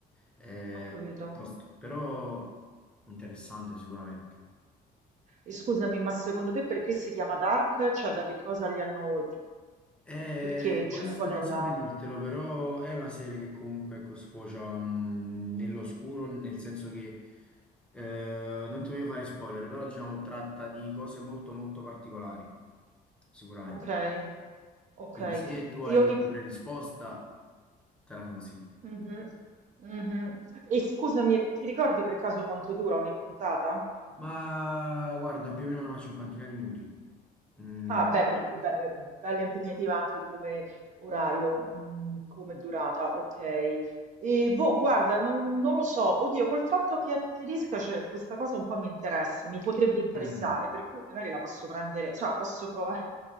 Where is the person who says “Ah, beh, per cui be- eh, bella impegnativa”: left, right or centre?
Right